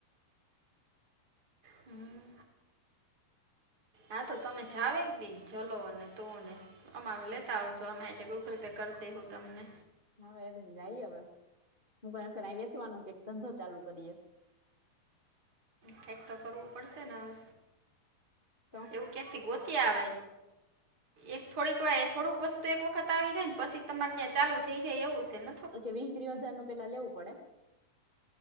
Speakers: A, on the right; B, on the left.
A: હમ. આ તો તમે જાવેકદી ચલો અને તુંને અમારું લેતા આવજો અમે એ ગૂગલ પે કર દેહુ હું તમને
B: હાવે એ જાયે હવે હુંખર વેચવાનો કઈક ધંધો ચાલુ કરીએ
A: ક્યાંક તો કરવું પડશે ને હવે
B: તો
A: એવું ક્યાંક થી ગોતી આવે. એક થોડીક વા થોડુંક વસ્તુ એક વખત આવી જાય ને પછી તમારે ત્યાં ચાલુ થઈ જાય એવું છે ન
B: ઓકે વીહ ત્રી હજાર નું પેલા લેવું પડે